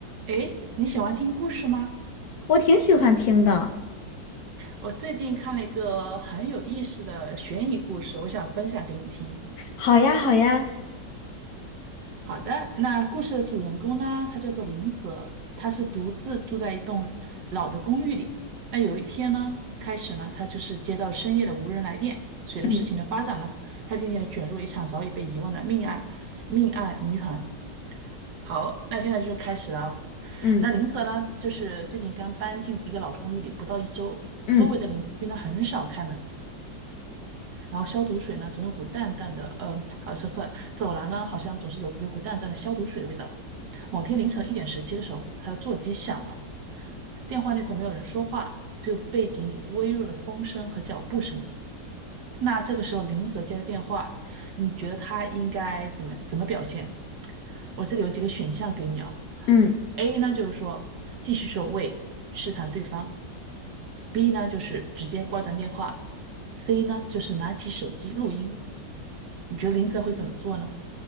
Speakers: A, on the right (about 80°); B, on the left (about 65°).
A: 诶，你喜欢听故事吗？
B: 我挺喜欢听的。
A: 我最近看了一个很有意思的悬疑故事，我想分享给你听。
B: 好呀，好呀，
A: 好的，那故事的主人公呢，他叫做林泽，他是独自住在一栋老的公寓里。那有一天呢，开始呢，他就是接到了深夜的无人来电。随着事情的发展呢，
B: 嗯
A: 他渐渐地卷入了一场早已被遗忘的命案命案谜团。好，那现在就是开始了啊。
B: 嗯
A: 那林泽呢，就是最近刚搬进一个老公寓里，不到一周，
B: 嗯
A: 周围的邻居呢很少开门，然后消毒水呢总有股淡淡的，呃，好说错了，走廊呢好像总是有有股淡淡的消毒水的味道。某天凌晨一点十七的时候，他的座机响了，电话那头没有人说话，只有背景里微弱的风声和脚步声。那这个时候林泽接了电话，你觉得他应该怎么怎么表现？我这里有几个选项给你啊，
B: 嗯，
A: A 呢就是说继续说喂试探对方，B 呢就是直接挂断电话，C 呢就是拿起手机录音。你觉得林泽会怎么做呢？